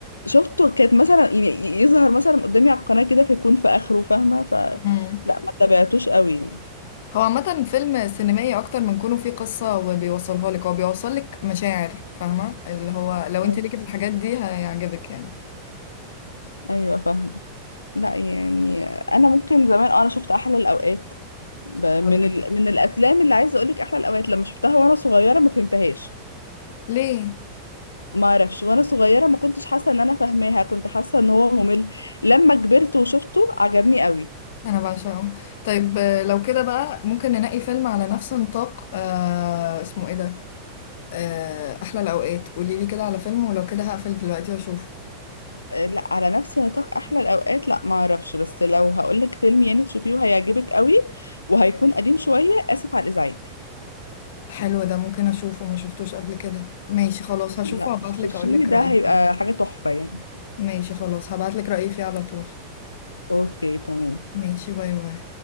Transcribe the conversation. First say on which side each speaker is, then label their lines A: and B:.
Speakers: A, on the left; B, on the left.
A: شفته كانت مثلا يعني يظهر مثلا قدامي على القناة كده فيكون في اخره فاهمة ف
B: مم.
A: لا ما تابعتوش قوي
B: هو عامة فيلم سينمائي أكتر من كونه فيه قصة وبيوصلها لك هو بيوصل لك مشاعر فاهمة اللي هو لو
A: يعني
B: انت ليكي في الحاجات دي هيعجبك يعني
A: أي- ايوه فاهمة لا يعني انا ممكن زمان اه انا شفت احلى الاوقات ب-
B: هو
A: من
B: ده كان
A: ال...
B: الأفضل.
A: من الافلام اللي عايزه اقول لك احلى الاوقات لما شفتها وانا صغيره ما فهمتهاش
B: ليه؟
A: ما اعرفش وانا صغيره ما كنتش حاسه ان انا فاهماها كنت حاسه ان هو ممل لما كبرت وشفته عجبني قوي
B: انا بعشقه طيب آه، لو كده بقى ممكن ننقي فيلم على نفس نطاق آه اسمه ايه ده آه احلى الاوقات قولي لي كده على فيلم ولو كده هقفل دلوقتي واشوفه
A: آه، لا على نفس نطاق احلى الاوقات لا ما اعرفش بس لو هقولك فيلم يعني تشوفيه وهيعجبك قوي وهيكون قديم شوية اسف على الازعاج
B: حلو ده ممكن اشوفه ما شفتوش قبل كده ماشي خلاص هشوفه
A: لا
B: وابعتلك
A: شوفيه
B: اقولك
A: ده
B: رأيي
A: هيبقى حاجة تحفة يعني
B: ماشي خلاص هبعتلك رأيي فيه على طول
A: اوكي تمام
B: ماشي باي باي